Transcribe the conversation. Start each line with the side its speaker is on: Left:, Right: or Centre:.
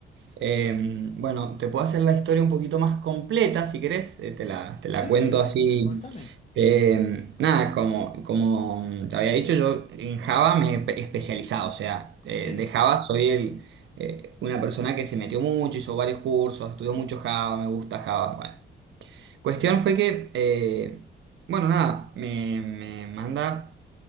Right: Eh, bueno, te puedo hacer la historia un poquito más completa si querés, eh, te la, te la
Left: sí,
Right: cuento
Left: sí,
Right: así.
Left: contame.
Right: Eh, nada, como, como te había dicho, yo en Java me he pe- especializado, o sea, eh,
Left: Sí,
Right: de Java soy el, eh, una persona que se metió mucho, hizo varios cursos, estudió mucho Java, me gusta Java. Bueno, cuestión fue que, eh, bueno, nada, me, me manda,